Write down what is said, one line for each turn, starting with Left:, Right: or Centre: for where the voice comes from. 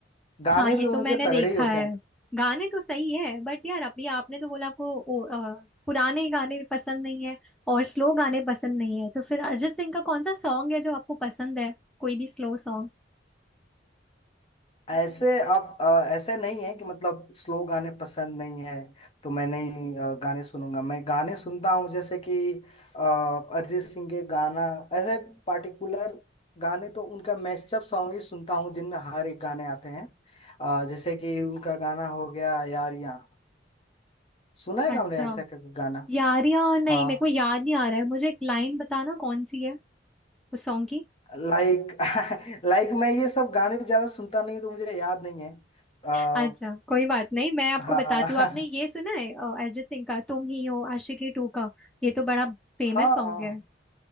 Left: गाने
Centre: हाँ ये
Left: भी उनके
Centre: तो मैंने
Left: तगड़े
Centre: देखा
Left: ही होते
Centre: है
Left: हैं
Centre: गाने तो सही है बट यार अभी आपने तो बोला आपको ओ, अ, पुराने गाने पसंद नहीं है और स्लो गाने पसंद नहीं है तो फिर अरिजीत सिंह का कौन सा सॉन्ग है जो आपको पसंद है कोई भी स्लो सॉन्ग
Left: ऐसे आप अ, ऐसे नहीं है कि मतलब स्लो गाने पसंद नहीं है तो मैं नहीं अ, गाने सुनूंगा मैं गाने सुनता हूँ जैसे कि अ, अरिजीत सिंह के गाना ऐसे पार्टिकुलर गाने तो उनका मैशअप सॉन्ग ही सुनता हूँ जिनमें हर एक गाने आते हैं अ, जैसे कि उनका गाना हो गया यारियां सुना है
Centre: अच्छा
Left: क्या आपने ऐसा का कोई गाना
Centre: यारियां नहीं
Left: हाँ
Centre: मेरे को याद नहीं आ रहा है मुझे एक लाइन बताना कौन सी है उस सॉन्ग की
Left: लाइक <laughs> लाइक मैं ये सब गाने ज्यादा सुनता नहीं तो मुझे याद नहीं है आ,
Centre: अच्छा कोई बात नहीं मैं आपको
Left: हाँ
Centre: बताती हूँ आपने ये
Left: <laughs>
Centre: सुना है अ, अरिजीत सिंह का तुम ही हो आशिकी टू का ये तो बड़ा फेमस
Left: हाँ
Centre: सॉन्ग
Left: हाँ
Centre: है